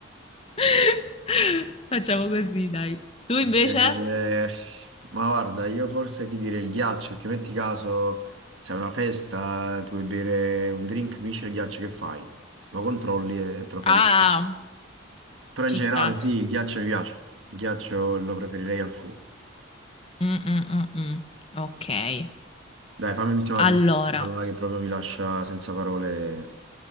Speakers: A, on the left; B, on the right.
A: <laughs> Facciamo così, dai. Tu invece?
B: Eh, ma guarda, io forse ti direi il ghiaccio, che metti caso, se è una festa, tu vuoi bere un drink, finisce il ghiaccio, che fai? Lo controlli e te lo fai
A: Ah,
B: direttamente. Però
A: ci
B: in generale
A: sta.
B: sì, il ghiaccio mi piace, il ghiaccio lo preferirei al fuoco.
A: Mm, mm, mm, mm. Ok.
B: Dai, fammi l'ultima
A: Allora,
B: tu, quella là che proprio mi lascia senza parole.